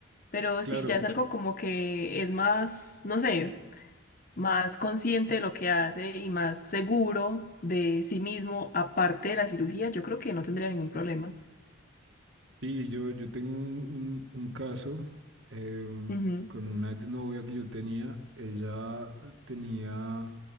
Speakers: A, on the left; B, on the right.
A: Pero
B: Claro,
A: si ya es algo como que es más, no sé, más consciente de lo que hace y más seguro de sí mismo, aparte de la cirugía, yo creo que no tendría ningún problema.
B: Sí, yo, yo tengo un, un- un caso em,
A: Ujú,
B: con una exnovia que yo tenía. Ella tenía,